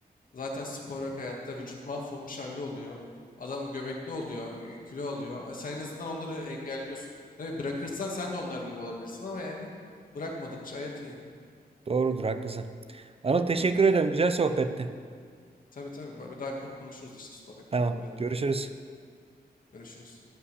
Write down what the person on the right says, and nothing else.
Doğrudur haklısın. Anıl teşekkür ederim güzel sohbetti.
Tamam
görüşürüz.